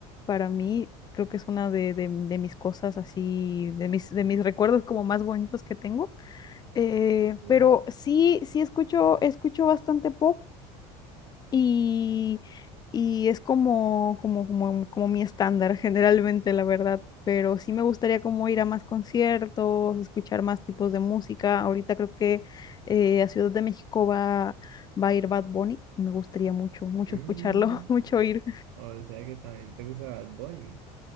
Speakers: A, on the left (about 25°); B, on the right (about 80°).
A: para mí. Creo que es una de, de- de mis cosas así, de mis, de mis recuerdos como más bonitos que tengo. Eh,
B: Ok.
A: pero sí, sí escucho, escucho bastante pop y, y es como, como, como, como mi estándar <laughs> generalmente, la verdad, pero sí me gustaría como ir a más conciertos, escuchar más tipos de música. Ahorita creo que eh, a Ciudad de México va, va a ir Bad Bunny y me gustaría mucho, mucho
B: Mm,
A: escucharlo, <laughs> mucho ir.
B: o sea que también te gusta Bad Bunny.